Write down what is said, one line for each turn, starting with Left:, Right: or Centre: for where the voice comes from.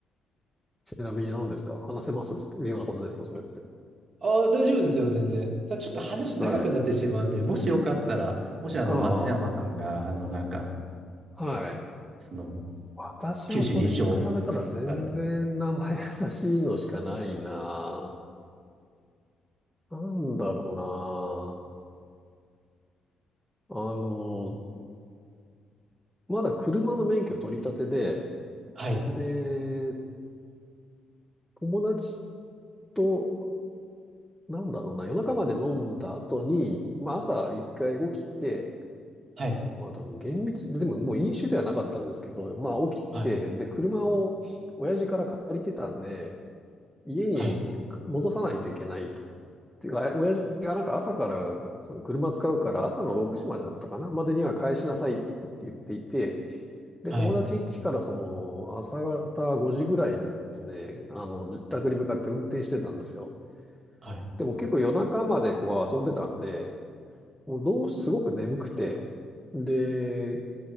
Centre: ちなみに何ですか話せますようなことですかそれって。
Right: ああ、大丈夫ですよ、全然。ただちょっと話長くなってしまうんで、
Centre: はい。
Right: もしよかったら、もしあの松山さんが、
Centre: ああ、
Right: あの、なんか、
Centre: はい。
Right: その、
Centre: 私はそれに比べたら全然名前優しいのしかないな。
Right: 九死に一生があれば。
Centre: なんだろうな。あの、まだ車の免許取り立てで、
Right: はい、
Centre: で、友達と、なんだろうな、夜中まで飲んだ後に、まあ朝一回起きて、
Right: はい、
Centre: まあでも厳密、でももう飲酒ではなかったんですけど、まあ起きて、
Right: はい、
Centre: で、車を親父から借りてたんで、家に戻さないといけないっ
Right: はい、
Centre: ていうか、親父がなんか朝から、その車使うから朝の6時までだったかな、までには返しなさいって言っていて、で、
Right: はい、
Centre: 友達ん家からその朝方5時ぐらいですね、あの、自宅に向かって運転してたんですよ。
Right: はい。
Centre: でも結構夜中までこう遊んでたんで、もうどう、すごく眠くて、で、